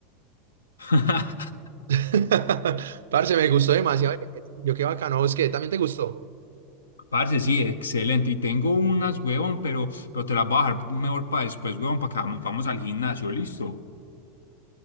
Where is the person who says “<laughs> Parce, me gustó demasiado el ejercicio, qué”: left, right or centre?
Right